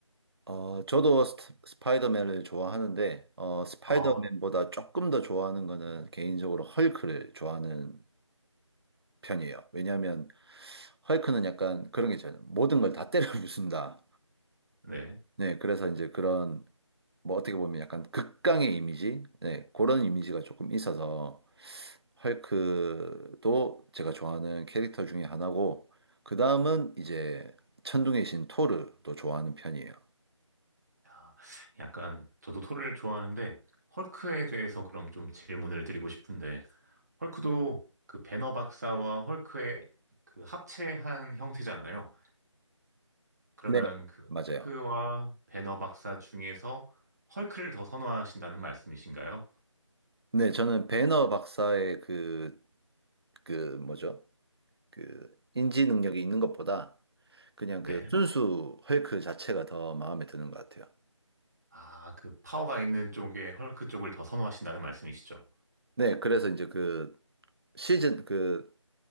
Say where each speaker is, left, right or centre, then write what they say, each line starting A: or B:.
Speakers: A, on the right; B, on the right.
A: 어, 저도 스- 스파이더맨을 좋아하는데, 어, 스파이더맨보다
B: 아,
A: 조금 더 좋아하는 거는 개인적으로 헐크를 좋아하는 편이에요. 왜냐하면 헐크는 약간 그런 게 있잖아요. 모든 걸 다 때려 <laughs> 부순다.
B: 네.
A: 네, 그래서 이제 그런, 뭐 어떻게 보면 약간 극강의 이미지? 네, 그런 이미지가 조금 있어서 헐크도 제가 좋아하는 캐릭터 중에 하나고, 그 다음은 이제 천둥의 신 토르도 좋아하는 편이에요.
B: 아, 약간 저도 토를 좋아하는데 헐크에 대해서 그럼 좀 질문을 드리고 싶은데 헐크도 그 배너 박사와 헐크의 그 합체한 형태잖아요. 그러면
A: 네,
B: 그
A: 맞아요.
B: 헐크와 배너 박사 중에서 헐크를 더 선호하신다는 말씀이신가요?
A: 네, 저는 배너 박사의 그, 그, 뭐죠? 그, 인지 능력이 있는 것보다 그냥
B: 네.
A: 그 순수 헐크 자체가 더 마음에 드는 것 같아요.
B: 아, 그 파워가 있는 쪽에 헐크 쪽을 더 선호하신다는 말씀이시죠?
A: 네, 그래서 이제 그 시즌, 그